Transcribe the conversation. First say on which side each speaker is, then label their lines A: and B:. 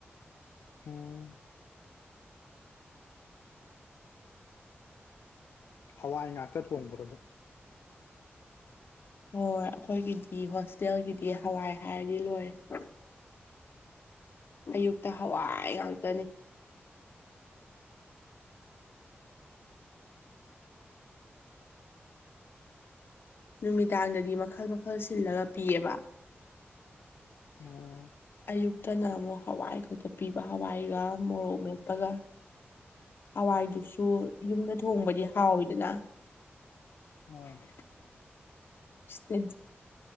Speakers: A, on the left; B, on the left.
A: ꯑꯣ ꯍꯋꯥꯏ ꯉꯥꯛꯇ ꯊꯣꯡꯕ꯭ꯔꯣ ꯗꯣ
B: ꯍꯣꯏ ꯑꯈꯣꯏꯒꯤꯗꯤ ꯍꯣꯁꯇꯦꯜꯒꯤꯗꯤ ꯍꯋꯥꯏ ꯍꯥꯏꯔꯗꯤ ꯂꯣꯏꯔꯦ ꯑꯌꯨꯛꯇ ꯍꯋꯥꯏ ꯉꯥꯛꯇꯅꯤ ꯅꯨꯃꯤꯗꯥꯡꯗꯗꯤ ꯃꯈꯜ ꯃꯈꯜ ꯁꯤꯜꯂꯒ ꯄꯤꯌꯦꯕ
A: ꯑꯣ
B: ꯑꯌꯨꯛꯇꯅ ꯑꯃꯨꯛ ꯍꯋꯥꯏ ꯈꯛꯇ ꯄꯤꯕ ꯍꯋꯥꯏꯒ ꯃꯣꯔꯣꯛ ꯃꯦꯠꯄꯒ ꯍꯋꯥꯏꯗꯨꯁꯨ ꯌꯨꯝꯗ ꯊꯣꯡꯕꯗꯤ ꯍꯥꯎꯋꯤꯗꯅ
A: ꯑꯥ
B: <unintelligible>